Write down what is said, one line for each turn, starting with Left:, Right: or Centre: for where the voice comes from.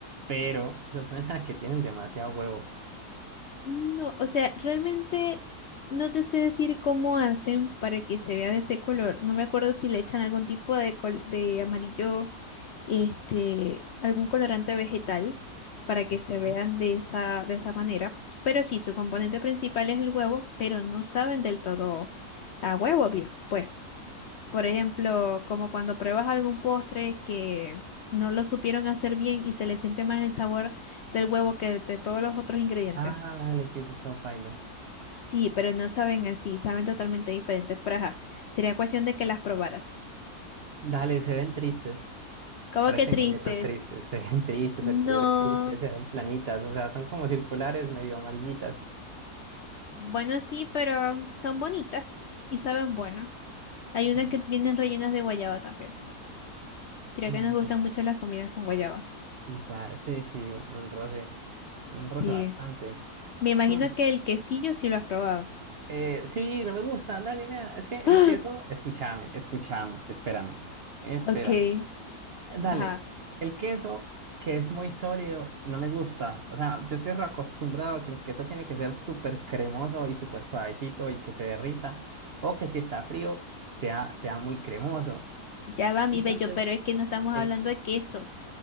Right: pero eso suena a que tienen demasiado huevo.
Left: No, o sea, realmente no te sé decir cómo hacen para que se vea de ese color. No me acuerdo si le echan algún tipo de, col- de amarillo este, algún colorante vegetal para que
Right: Ujú.
Left: se vean de esa, de esa manera. Pero sí, su componente principal es el huevo, pero no saben del todo a huevo bien. Pues, por ejemplo, como cuando pruebas algún postre que no lo supieron hacer bien y se le siente más el sabor del huevo que de todos los otros ingredientes.
Right: Ah, dale, sí, eso es todo paila.
Left: Sí, pero no saben así, saben totalmente diferentes. Pero ajá, sería cuestión de que las probaras.
Right: Dale, se ven tristes,
Left: ¿Cómo
Right: parecen
Left: que tristes?
Right: galletas tristes, <laughs> se ven tristes,
Left: No.
Right: el color es triste, se ven planitas, o sea, son como circulares, medio amarillitas.
Left: Bueno, sí, pero son bonitas y saben bueno. Hay
Right: Ujú.
Left: unas que vienen rellenas de guayaba también. Creo
Right: Mm,
Left: que nos gustan mucho las comidas con guayaba.
Right: da- sí, sí, un roce, un
Left: Sí.
Right: roce bastante.
Left: Me imagino
Right: Hmm.
Left: que el quesillo sí lo has probado.
Right: Eh, sí, no me gusta, dale, nena. Es que el
Left: <gasps> ¡Ah!
Right: queso, escúchame, escúchame, espérame, espérame.
Left: Ok.
Right: Dale,
Left: Ajá.
Right: el queso que es muy sólido, no me gusta. O sea, yo estoy acostumbrado a que el queso tiene que ser súper cremoso y súper suavecito y que se derrita, o que si está frío, sea, sea muy cremoso.
Left: Ya va mi
Right: Entonces,
Left: bello, pero es que no estamos
Right: el,
Left: hablando de queso.